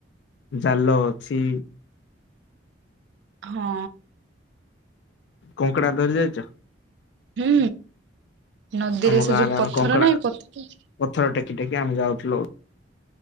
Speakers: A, on the left; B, on the right.
A: ଜାଲ ଅଛି
B: ହଁ।
A: କଙ୍କଡ଼ା ଧରି ଯାଇଚ।
B: ହୁଁ। ନଦୀରେ
A: ଆମ
B: ସେ
A: ଗାଁରେ
B: ଯୋଉ
A: ଆମେ
B: ପଥର
A: କଙ୍କଡା
B: ନାହିଁ ପଥର?
A: ପଥର ଟେକି ଟେକି ଆମେ ଯାଉଥିଲୁ।